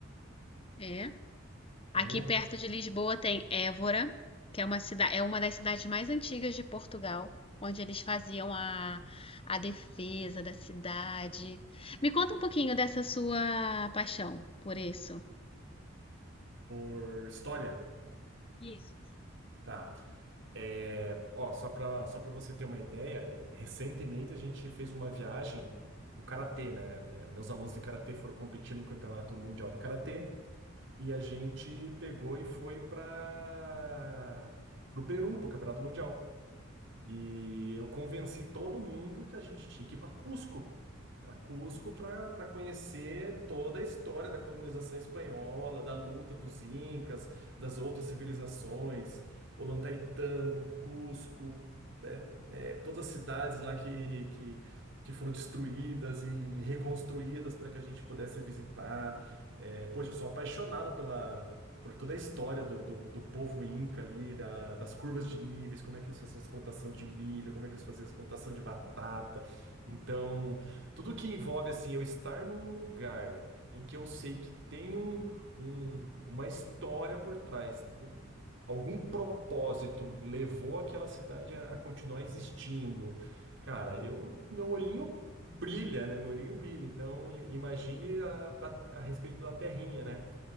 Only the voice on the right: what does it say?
Então,
por história,
tá. É, ó, só para só para você ter uma ideia, é, recentemente a gente fez uma viagem com, o karatê, né? É, Meus alunos de karatê foram competir no Campeonato Mundial de Karatê e a gente pegou e foi para o Peru, para o Campeonato Mundial. E eu convenci todo mundo que a gente tinha que ir para Cusco, para Cusco, para conhecer toda a história da colonização espanhola, da luta dos incas, das outras civilizações, Ollantaytambo, Cusco, é, é, todas as cidades lá que, que, que foram destruídas e reconstruídas para que a gente pudesse visitar. É, poxa, eu sou apaixonado pela por toda a história do, do, do povo inca ali, da- das curvas de níveis, como é que eles faziam as plantação de milho, como é que eles faziam as plantação de batata. Então, tudo que envolve assim eu estar num lugar em que eu sei que tem um, um- uma história por trás, tem um- algum propósito levou aquela cidade a, a continuar existindo. Cara, eu, meu olhinho brilha, né? Meu olhinho brilha. Então, i- imagine a, da- a respeito da terrinha, né?